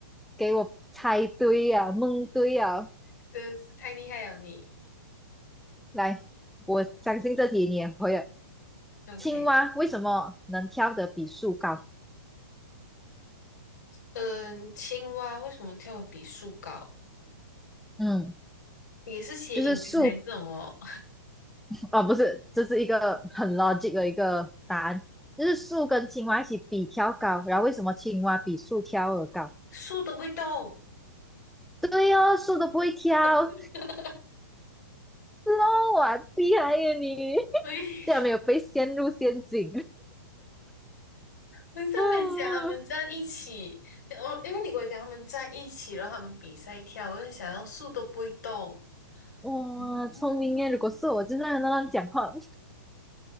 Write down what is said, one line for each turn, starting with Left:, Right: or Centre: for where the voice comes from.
Centre: 给我猜对呀、蒙对呀！
Left: 真的是太厉害了你。
Centre: 来，我相信这题你也会了。
Left: OK，
Centre: 青蛙为什么能跳得比树高？
Left: 嗯，青蛙为什么跳得比树高？
Centre: 嗯，
Left: 也是写音梗还是什么？
Centre: 就是树哦，不是，这是一个很 logic 的一个答案，就是树跟青蛙一起比跳高，然后为什么青蛙比树跳得高？
Left: <laughs> 树都不会动。
Centre: 对哦，树都不会跳，
Left: <laughs>
Centre: 是哦，哇，厉害耶你！<laughs>
Left: 对
Centre: 竟然没有被陷入陷阱
Left: 你在美讲他们站一起，
Centre: <laughs> 啊！
Left: 呃我因为你跟我讲他们站一起，然后他们比赛跳，我就想要树都不会动。<laughs>
Centre: 哇，
Left: 嗯，
Centre: 聪明耶！如果是我，就在那乱讲话 <laughs>